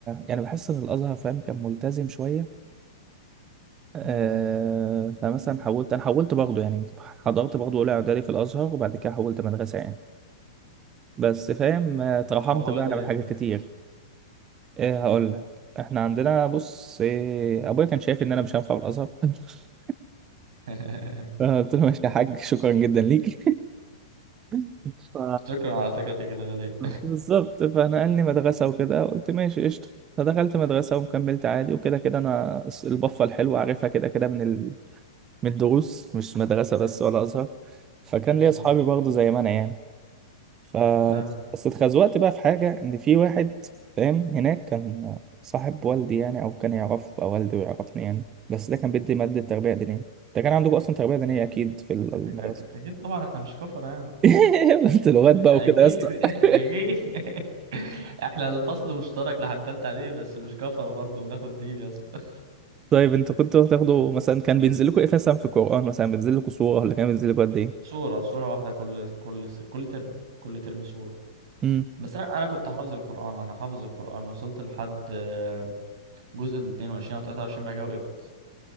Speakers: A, on the right (about 25°); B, on the right (about 65°).
A: يعني بحس ان الازهر فاهم كان ملتزم شويه آه
B: امم
A: فمثلا حولت انا حولت برضه يعني حضرت برضه اولى اعدادي في الازهر وبعد كده حولت مدرسه يعني بس فاهم آه، اترحمت
B: طب حاولت
A: بقى انا
B: ليه
A: من حاجات كتير ايه هقول لك احنا عندنا بص إيه ابويا كان شايف ان انا مش هنفع في الازهر <laughs>
B: <laughs>
A: فانا قلت له ماشي يا حاج شكرا جدا ليك <laughs> ف
B: شكرا على ثقتك الغالية
A: بالظبط فنقلني مدرسه وكده قلت ماشي قشطه فدخلت مدرسه وكملت عادي وكده كده انا البفه الحلوه عارفها كده كده من من الدروس مش مدرسة
B: ايوه
A: بس ولا أزهر فكان
B: بالظبط
A: ليا أصحابي برضه زي ما أنا يعني ف
B: فاهم
A: بس اتخزوقت بقى في حاجة إن في واحد فاهم هناك كان صاحب والدي يعني أو كان يعرف أو والدي ويعرفني يعني بس ده كان بيدي مادة تربية دينية ده كان عندكم أصلا تربية دينية أكيد في المدرسة
B: أك- أك- اكيد طبعا احنا مش كفر يعني
A: <laughs> بنت لغات
B: <laughs>
A: بقى وكده
B: اكيد
A: يا اسطى
B: اكيد
A: <laughs>
B: <laughs> احنا الفصل مشترك لحد تالتة عليه بس مش كفرة برضه بناخد دين يا اسطى
A: طيب انتوا كنتوا بتاخدوا مثلا كان بينزل لكم ايه مثلا في القرآن مثلا بينزل لكم سورة ولا كان بينزل لكم قد ايه؟
B: صورة صورة واحدة كل كل كل ترم كل ترم صورة
A: امم
B: بس انا انا كنت حافظ القرآن انا حافظ القرآن وصلت لحد آه، جزء ال 22 او 23 بعد كده وقفت